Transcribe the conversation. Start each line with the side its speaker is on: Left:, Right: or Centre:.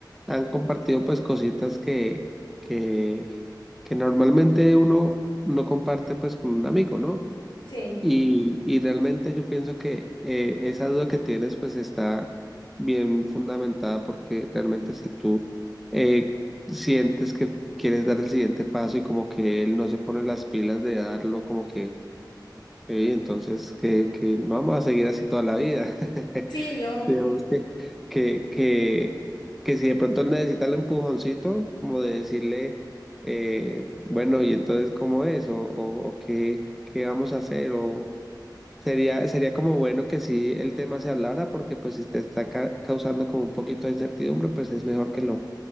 Centre: han compartido pues cositas que, que, que normalmente uno no comparte pues con un amigo, ¿no?
Left: Sí,
Centre: Y, y realmente yo pienso que eh, esa duda que tienes pues está bien fundamentada porque realmente si tú eh, sientes que quieres dar el siguiente paso y como que él no se pone las pilas de darlo, como que "Ey, entonces que, que no vamos a seguir así toda la vida. <laughs>
Left: sí, no.
Centre: Digamos que, que, que, que si de pronto él necesita el empujoncito, como de decirle, eh, bueno, y entonces cómo es o, o, o qué, qué vamos a hacer o Sería, sería como bueno que sí el tema se hablara, porque pues si te está ca- causando como un poquito de incertidumbre, pues es mejor que lo,